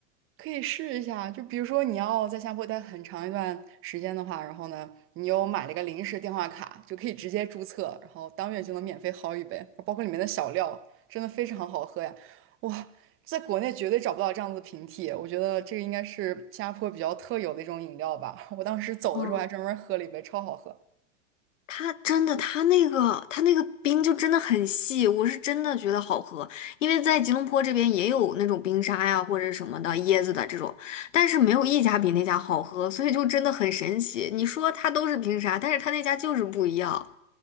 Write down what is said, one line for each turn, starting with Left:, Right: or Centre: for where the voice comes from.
Right: 可以试一下，就比如说你要在新加坡待很长一段时间的话，然后呢，你又买了一个临时电话卡，就可以直接注册，然后当月就能免费薅一杯，包括里面的小料，真的非常好喝呀！哇，在国内绝对找不到这样子的平替，我觉得这个应该是新加坡比较特有的一种饮料吧。<laughs> 我当时走的时候还专门喝了一杯，
Left: 哦
Right: 超好喝。
Left: 它真的，它那个它那个冰就真的很细，我是真的觉得好喝。因为在吉隆坡这边也有那种冰沙呀，或者什么的椰子的这种，但是没有一家比那家好喝，所以就真的很神奇。你说它都是冰沙，但是它那家就是不一样，